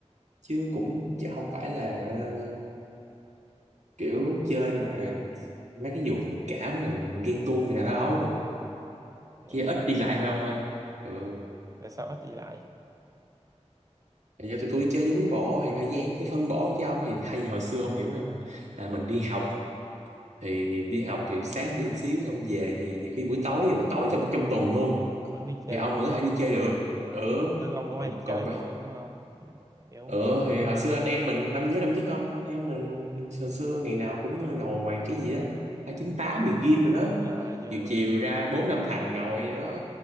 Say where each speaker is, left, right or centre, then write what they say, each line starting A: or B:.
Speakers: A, on the right; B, on the right.
A: chứ cũng chứ không phải là ờ, kiểu chơi mà mấy cái vụ tình cảm rồi ghen tuông người ta đâu
B: Vậy
A: chơi
B: hả?
A: ít đi lại thôi ông ơi ừ
B: Tại sao ít đi lại?
A: Thì do tụi tôi chơi với quý bộ thì thời gian phải phân bổ với ông thì hay hồi xưa ông hiểu không là mình đi học thì đi học thì sáng đi xíu xong về thì nhiều khi buổi tối rồi mà tối trong trong tuần luôn
B: Vẫn đi chơi.
A: thì ông vẫn có thể đi chơi được
B: đúng rồi
A: ừ
B: giống sư ông cũng
A: còn
B: hay
A: còn
B: chế tôi đúng không ừ, hiểu
A: ừ thì hồi xưa anh em mình năm nhớ năm nhất không anh em mình hồi xưa ngày nào cũng ngồi ngoài cái gì đó hai chín tám begin rồi đó
B: đúng là vui
A: chiều chiều ra bốn năm thằng ngồi vậy đó